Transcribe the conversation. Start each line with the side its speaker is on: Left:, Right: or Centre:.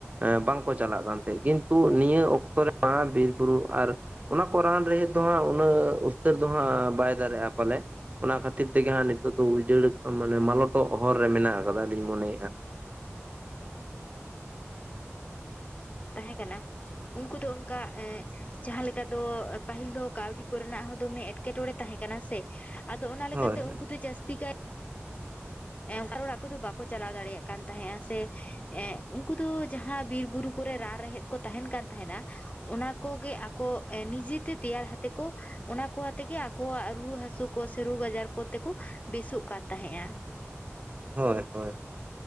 Right: ᱮᱸ ᱵᱟᱝᱠᱚ ᱪᱟᱞᱟᱜ ᱠᱟᱱ ᱛᱟᱦᱮᱸᱫ, ᱠᱤᱱᱛᱩ ᱱᱤᱭᱟᱹ ᱚᱠᱛᱚ ᱨᱮᱢᱟ ᱵᱤᱨ ᱵᱩᱨᱩ ᱟᱨ ᱚᱱᱟ ᱠᱚ ᱨᱟᱱ ᱨᱮᱦᱮᱫ ᱫᱚᱦᱟᱸᱜ ᱩᱱᱟᱹᱜᱻ ᱩᱥᱛᱟᱹᱨ ᱫᱚ ᱦᱟᱸᱜ ᱵᱟᱭ ᱫᱟᱨᱮᱜᱼᱟ ᱯᱟᱞᱮ, ᱚᱱᱟ ᱠᱷᱟᱹᱛᱤᱨ ᱛᱮᱜᱮ ᱦᱟᱸᱜ ᱱᱤᱛᱚᱜ ᱩᱡᱟᱹᱲ ᱢᱟᱱᱮ ᱢᱟᱞᱚᱴᱚᱜ ᱦᱚᱨ ᱨᱮ ᱢᱮᱱᱟᱜ ᱟᱠᱟᱫᱟ ᱞᱤᱧ ᱢᱚᱱᱮᱠᱟᱫᱟ᱾
Left: ᱛᱟᱦᱮᱸ ᱠᱟᱱᱟ, ᱩᱱᱠᱩ ᱫᱚ ᱚᱱᱠᱟ ᱮᱸᱜ ᱡᱟᱦᱟᱸ ᱞᱮᱠᱟ ᱫᱚᱻ ᱯᱟᱹᱦᱤᱞ ᱫᱚ ᱠᱟᱹᱣᱰᱤ ᱠᱚᱨᱮᱱᱟᱜ ᱦᱚᱸ ᱫᱚᱢᱮ ᱮᱸᱴᱠᱮᱴᱚᱬᱮ ᱛᱟᱦᱮᱸ ᱠᱟᱱᱟ ᱥᱮ, ᱟᱫᱚ ᱚᱱᱟ ᱞᱮᱠᱟᱛᱮ
Right: ᱦᱳᱭ ᱦᱳᱭ
Left: ᱩᱱᱠᱩ ᱫᱚ ᱡᱟᱹᱥᱛᱤ ᱠᱟᱭ ᱮᱢ ᱟᱨ ᱚᱲᱟᱜ ᱠᱚᱫᱚ ᱟᱠᱚ ᱫᱚ ᱵᱟᱠᱚ ᱪᱟᱞᱟᱣ ᱫᱟᱲᱮᱭᱟᱜ ᱠᱟᱱ ᱛᱟᱦᱮᱸᱫᱼᱟ ᱥᱮ, ᱮᱸᱜ ᱩᱱᱠᱩ ᱫᱚ ᱡᱟᱦᱟᱸ ᱵᱤᱨ ᱵᱩᱨᱩ ᱠᱚᱨᱮ ᱨᱟᱱ ᱨᱮᱦᱮᱫ ᱠᱚ ᱛᱟᱦᱮᱱ ᱠᱟᱱ ᱛᱟᱸᱦᱮᱫ-ᱟ ᱚᱱᱟ ᱠᱚᱜᱮ ᱟᱠᱚ ᱱᱤᱡᱮᱛᱮ ᱛᱮᱭᱟᱨ ᱦᱟᱛᱮ ᱠᱚ ᱚᱱᱟ ᱠᱚ ᱟᱛᱮᱜᱮ ᱟᱠᱚᱣᱟᱜ ᱨᱩᱣᱟᱹ ᱦᱟᱹᱥᱩ ᱠᱚ ᱥᱮ ᱨᱳᱜᱽ ᱟᱡᱟᱨ ᱠᱚᱛᱮ ᱠᱚ ᱵᱮᱥᱚᱜ ᱠᱟᱱ ᱛᱟᱦᱮᱸᱫᱼᱟ᱾
Right: ᱦᱳᱭ ᱦᱳᱭᱺ